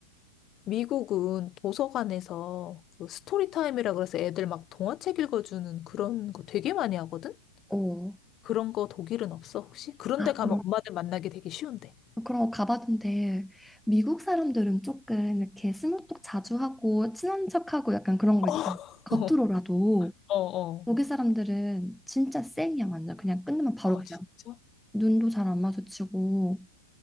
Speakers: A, on the left (about 35°); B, in the centre.
A: 미국은 도서관에서 그 스토리 타임이라 그래서 애들 막 동화책 읽어주는 그런 거 되게 많이 하거든?
B: 어.
A: 그런 거 독일은 없어, 혹시? 그런데
B: 아
A: 가면
B: 그럼
A: 엄마들 만나기 되게 쉬운데.
B: 그런 거 가봤는데 미국 사람들은 조금 이렇게 스몰톡 자주 하고 친한 척하고 약간 그런 거
A: <laughs>
B: 있잖아. 겉으로라도
A: 어, 어, 어.
B: 거기 사람들은 진짜 쌩이야 완전 그냥 끝나면 바로
A: 아,
B: 그냥
A: 진짜?
B: 눈도 잘 안 마주치고